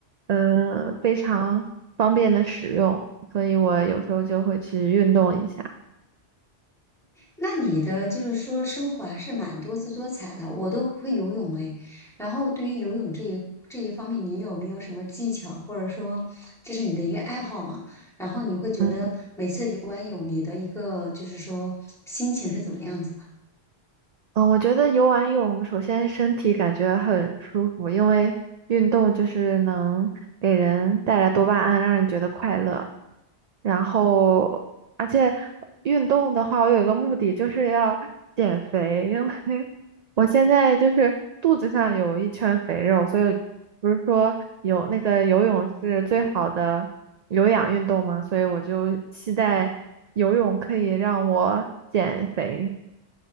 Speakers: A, on the right; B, in the centre.
A: 嗯、非常方便的使用，所以我有时候就会去运动一下。
B: 那你的就是说生活还是蛮多姿多彩的，我都不会游泳哎。然后对于游泳这一这一方面，你有没有什么技巧，或者说这是你的一个爱好嘛？然后你会觉得每次游完泳，
A: 嗯。
B: 你的一个就是说心情是怎么样子？
A: 嗯，我觉得游完泳，首先身体感觉很舒服，因为运动就是能给人带来多巴胺，让人觉得快乐。然后，而且运动的话，我有一个目的就是要减肥，因为 <laughs> 我现在就是肚子上有一圈肥肉，所以不是说有那个游泳是最好的有氧运动嘛，所以我就期待游泳可以让我减肥。